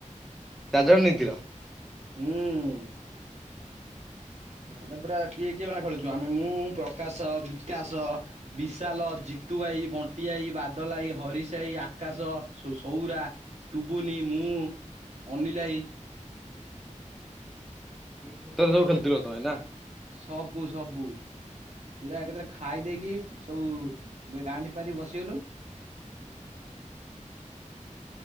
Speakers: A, in the centre; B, on the right.
A: ଚାରି ଜଣ ନେଇଥିଲ।
B: ହୁଁ।
A: ହୁଁ
B: ଆମେ ପୁରା କିଏ କିଏ ଅଣା ଖେଳୁଛୁ ଆମେ ମୁଁ ପ୍ରକାଶ ବିକାଶ। ବିଶାଲ ଜିତୁଆାଇ ବଣ୍ଟିଆାଇ ବାଦଲାଇ ହରିଶାଇ ଆକାଶ ସୌରା। ଟୁବୁନି ମୁଁ ଅନିଲ୍ ଭାଇ।
A: ମୁଁ ସେତରେ ସବୁ ଖେଳିଥିଲ ତମେ ନା।
B: ସବୁ ସବୁ। ପୁରା ଏକଥର ଖାଇ ଦେଇେଇକି ସବୁ ଗାଣ୍ଠି ପାରିକି ବସିଗଲୁ।
A: ହୁଁ।